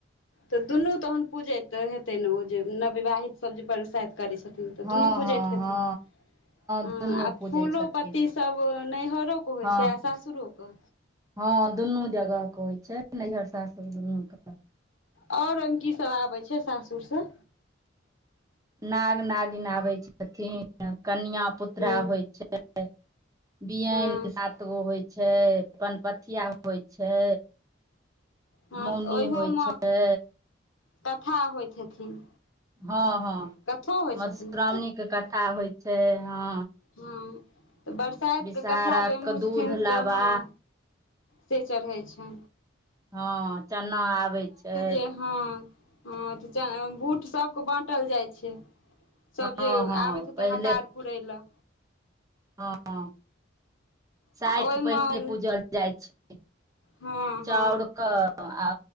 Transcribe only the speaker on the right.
हँ
हँ
हँ
दुनू
पूजै
छथिन
हँ
हँ दुनू जगह के होइ छै नैहर सासुर दुन्नूके।
नाग -नागिन आबै छथिन, कनिआ पुत्रा
होइ छै बियैन
सात गो होइ छै, पनपथिया होइ छै
मौनी
होइ छै
हँ हँ
मधुश्रामणीके
कथा होइ छै हँ।
विषहारा
के
दूध
लाबा
हँ चना आबै छै।
हँ
हँ
पहिले
हँ। साठि
पहिने पूजल जाइ छै
चाउर
क आ।